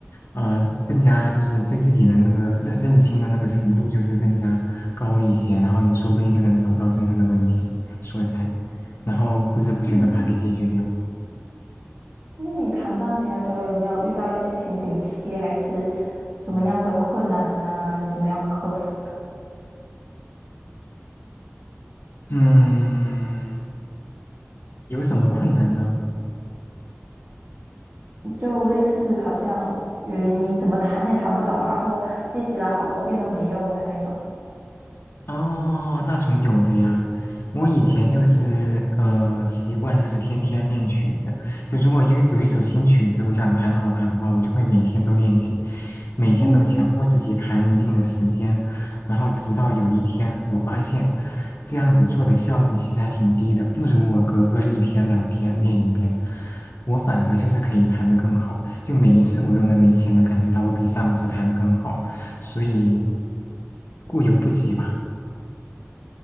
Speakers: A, on the left (about 55°); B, on the right (about 45°).
A: 呃，更加就是对自己的那个认认清的那个程度就是更加高一些，然后你说不定就能找到真正的问题所在，然后不知不觉的把它给解决掉。
B: 嗯。那你弹钢琴的时候有没有遇到一些瓶颈期，还是什么样的困难啊？
A: 嗯，
B: 你怎么样克服的？
A: 嗯有什么困难呢？
B: 就类似好像与你怎么弹也弹不懂，然后练习了好多遍都没用的那种。
A: 哦，那种有的呀。我以前就是呃习惯就是天天练曲子，就如果有有一首新曲子，我想弹好它的话，我就会每天都练习。每天都强迫自己弹一定的时间，
B: 嗯。
A: 然后直到有一天我发现，这样子做的效率其实还挺低的，不如我隔个一天两天练一遍，我反而就是可以弹得更好，就每一次我都能明显的感觉到我比上一次弹得更好，所以过犹不及吧，